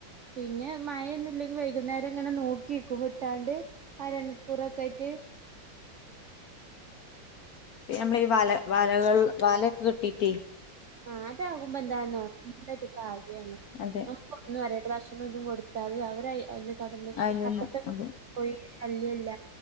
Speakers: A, on the right; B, on the left.
A: പിന്നെ മഴൊന്നുംല്ലെങ്കി വൈകുന്നേരം ഇങ്ങനെ നോക്കിക്കും വിട്ടാണ്ട് ആര <unintelligible>
B: നമ്മള ഈ വല വലകൾ വലയൊക്കെ കേട്ടിട്ടെ
A: ആഹ് അതാകുമ്പോ എന്താന്നോ നല്ലയൊരു കാര്യമാണ്.
B: അതെ
A: ഒന്നുമറിയണ്ട ഭക്ഷണം ഒന്നും കൊടുത്താല് അവര് അതില് കടന്ന്
B: അയിലുള്ള
A: അപ്പത്തെ.
B: അതെ
A: കോഴി ശല്യം ഇല്ല